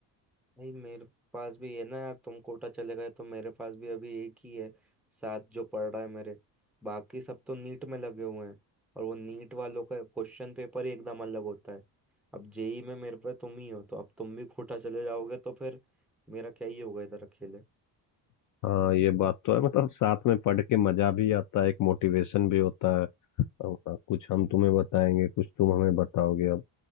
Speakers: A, in the centre; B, on the left.
A: भाई मेरे पास भी है ना यार तुम कोटा चले गए तो मेरे पास भी अभी एक ही है साथ जो पढ़ रहा है मेरे बाकी सब तो नीट में लगे हुए हैं और वो नीट वालों का क्वेश्चन पेपर ही एकदम अलग होता है अब जेई में मेरे पे तुम ही हो तो अब तुम भी कोटा चले जाओगे तो फिर मेरा क्या ही होगा इधर अकेले
B: हाँ ये बात तो है मतलब साथ में पढ़ के मजा भी आता है एक मोटिवेशन भी होता है अब, अब कुछ हम तुम्हें बताएंगे कुछ तुम हमें बताओगे अब